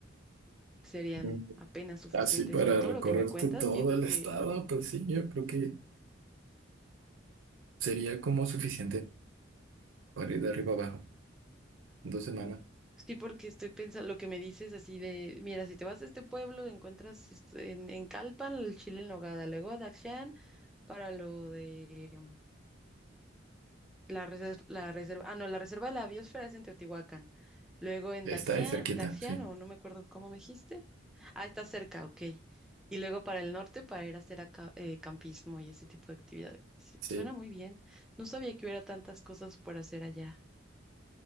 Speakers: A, in the centre; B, on the right (about 80°).
A: serían
B: Mm.
A: apenas suficientes.
B: Así para
A: Con todo
B: recorrerte
A: lo que me cuentas,
B: todo
A: siento
B: el
A: que
B: estado, pues sí, yo creo que sería como suficiente para ir de arriba abajo. Dos semanas.
A: Sí, porque estoy pensando lo que me dices así de, mira, si te vas a este pueblo, encuentras este- en, en Calpan el chile en nogada, luego a Daxan para lo de mm, la, reserva, la reserva, ah, no, la reserva de la biosfera es en Teotihuacán, luego en
B: Está
A: Daxian,
B: ahí cerquita,
A: Daxian,
B: sí.
A: o no me acuerdo cómo me dijiste, ah, está cerca, ok, y luego para el norte para ir a hacer acá, eh, campismo y ese tipo de actividades. Sí,
B: Sí.
A: Suena muy bien, no sabía que hubiera tantas cosas por hacer allá.